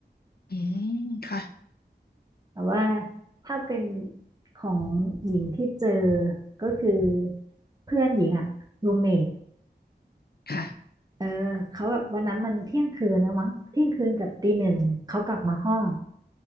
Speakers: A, on the left; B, on the right.
A: อืมค่ะ
B: แต่ว่าถ้าเป็นของหญิงที่เจอก็คือเพื่อนหญิงอะรูเมท
A: ค่ะ
B: เออเขาแบบวันนั้นมันเที่ยงคืนแล้วมั้งเที่ยงคืนกับตีหนึ่งเขากลับมาห้อง